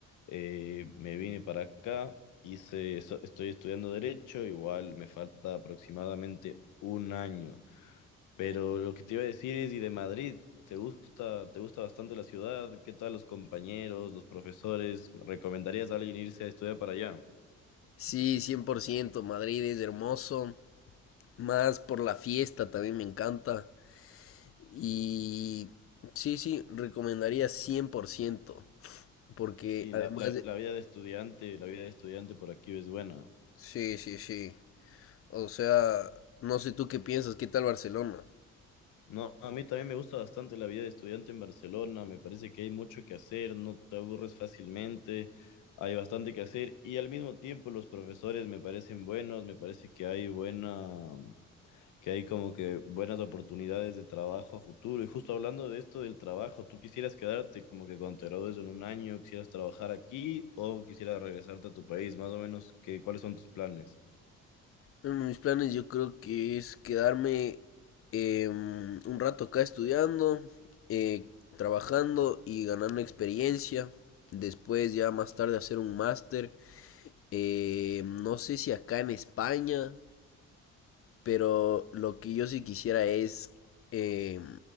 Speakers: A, on the left; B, on the left.
A: Eh, me vine para acá, hice, so- estoy estudiando derecho, igual me falta aproximadamente un año. Pero lo que te iba a decir es, y de Madrid, ¿te gusta, te gusta bastante la ciudad? ¿Qué tal los compañeros, los profesores? ¿Recomendarías a alguien irse a estudiar para allá?
B: Sí, 100%. Madrid es hermoso. Más por la fiesta también me encanta. Y sí, sí, recomendaría cien por ciento Porque
A: Sí,
B: además
A: la, la,
B: de...
A: la vida de estudiante, la vida de estudiante por aquí es buena.
B: Sí, sí, sí. O sea, no sé tú qué piensas, ¿qué tal Barcelona?
A: No, a mí también me gusta bastante la vida de estudiante en Barcelona, me parece que hay mucho que hacer, no te aburres fácilmente, hay bastante que hacer y al mismo tiempo los profesores me parecen buenos, me parece que hay buena, que hay como que buenas oportunidades de trabajo a futuro. Y justo hablando de esto del trabajo, ¿tú quisieras quedarte como que cuando te gradúes en un año, quisieras trabajar aquí o quisieras regresarte a tu país? Más o menos, qué ¿cuáles son tus planes?
B: En mis planes yo creo que es quedarme em, un rato acá estudiando, eh, trabajando y ganando experiencia. Después ya más tarde hacer un máster. Eh, no sé si acá en España Pero lo que yo sí quisiera es eh,